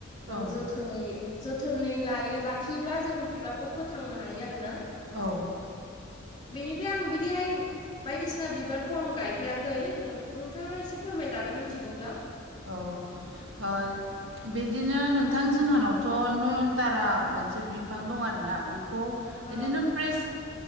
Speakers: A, on the left; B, on the right.
A: जों
B: औ
A: जोथोन खोनै जोथोनै लायो लाखियोब्ला जों बिबारखौ फोथांनो हायो आरोना।
B: औ
A: बेनिफ्राय आं बिदिहाय बायदिसिना बिबारखौ आं गायफेराखै नोंथाङा एसे फोरमायजागोन मिथिगौब्ला?
B: औ आ बिदिनो नोंथां जोंहानावथ' नयनतारा मोनसे बिफां दं आरोना बेखौ
A: ओ
B: बिदिनो प्रेस